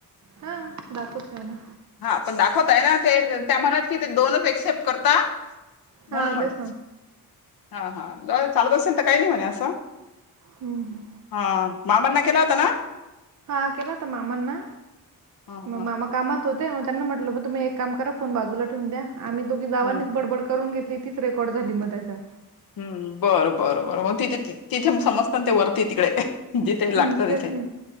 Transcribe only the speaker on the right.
हा दाखवत आहे ना..
हा
तेच ना
हम्म
हा केला होता मामांना
मग
मामा कामात... हो मग त्यांना म्हटलं मग तुम्ही एक काम करा फोन बाजूला ठेवून दया आम्ही दोघी जावानीच
बडबड करून घेत..... तीच रेकॉर्ड झाली मग त्याच्यात...
हम्म तेच
ना